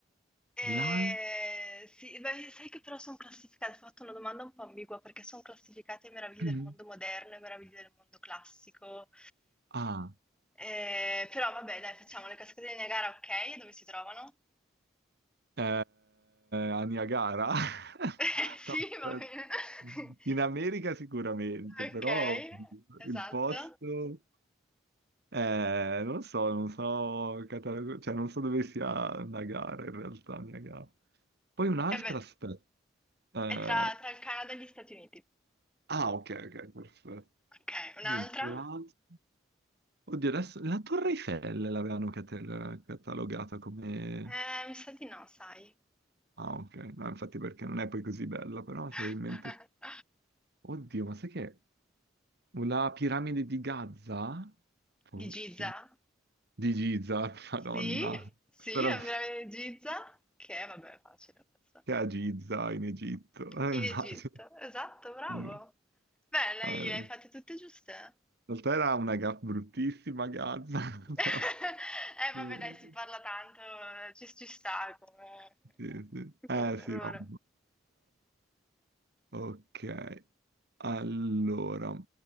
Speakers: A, in the centre; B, on the right.
A: Ehm,
B: L'al...
A: sì, beh, sai che però son classificate ho fatto una domanda un po' ambigua, perché son classificate meraviglie
B: <clears throat>
A: del mondo moderno e meraviglie del mondo classico.
B: Ah,
A: Ehm, però vabbè dai, facciamo le cascate del Niagara, okay, e dove si trovano?
B: eh, a Niagara? <laughs>
A: <laughs> Eh, Sì,
B: No, aspetta.
A: va bene. <laughs>
B: In America sicuramente,
A: Okay,
B: però
A: esatto.
B: il posto... eh, non so, non so, catalogo- cioè non so dove sia Niagara in realtà, Niagara. Poi un'altra
A: Eh beh.
B: aspetta. Eh,
A: È tra tra il Canada e gli Stati Uniti.
B: ah, ok, ok, perfetto.
A: Okay, un'altra?
B: Mentre l'altro- Oddio, adesso la Torre Eiffel l'avevano cate- catalogata come...
A: Eh, mi sa di no, sai.
B: Ah, ok, no, infatti perché non è poi così bella, però c'avevo
A: <laughs>
B: in mente... Oddio, ma sai che... La piramide di Gaza? Forse.
A: Di Giza?
B: Di Giza, <laughs> madonna.
A: Sì, sì,
B: Però
A: la piramide di Giza, che vabbè, è facile questa.
B: che a Giza in Egitto. Eh,
A: In
B: immagino.
A: Egitto, esatto, bravo.
B: Eh,
A: Beh, lei
B: in
A: le hai fatte tutte giuste.
B: realtà era una ga- bruttissima Gaza, <laughs>
A: <laughs>
B: però...
A: Eh, vabbè,
B: Eh,
A: dai, si parla tanto, eh, ci, ci sta come,
B: Sì, sì. Eh
A: come
B: sì,
A: errore.
B: no. Ok, allora.